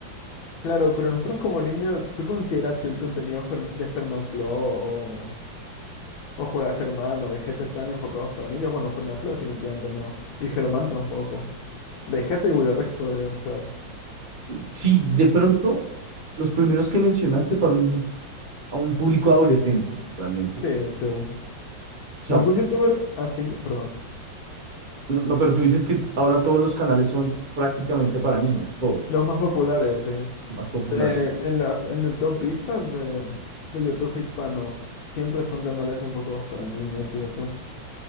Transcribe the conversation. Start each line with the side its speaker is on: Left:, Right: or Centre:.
Left: Claro, pero nosotros como niños, ¿tú consideras que el contenido Fern- de Fernanfloo o, o Juega Germán o Vegeta están enfocados para niños? Bueno, Fernanfloo definitivamente no. Y Germán tampoco. Vegeta y Willy Rex podrían ser.
Right: Sí, de pronto, los primeros que mencionaste para un a un público adolescente, realmente.
Left: Sí,
Right: O
Left: sí.
Right: sea,
Left: ¿Y algún youtuber así, perdón,
Right: no, no, pero tú dices que ahora todos los canales son prácticamente para niños, todos,
Left: los más populares, sí.
Right: más populares.
Left: Eh, en la, en el top vistas de, de YouTube hispano, siempre son canales enfocados para niños y eso.